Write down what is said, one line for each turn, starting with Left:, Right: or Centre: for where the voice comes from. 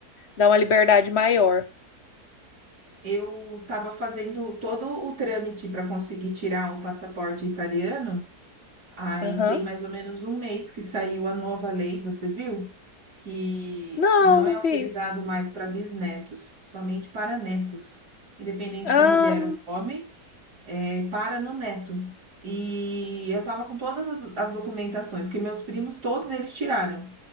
Left: dá uma liberdade maior.
Right: Eu estava fazendo todo o trâmite para conseguir tirar o passaporte italiano. Aí
Left: Aham.
Right: tem mais ou menos um mês que saiu a nova lei, você viu? Que
Left: Não,
Right: não
Left: não
Right: é autorizado
Left: vi.
Right: mais para bisnetos, somente para netos, independente
Left: Ah,
Right: se é mulher ou homem é, para no Neto. E eu tava com todas as as documentações, que meus primos, todos eles tiraram.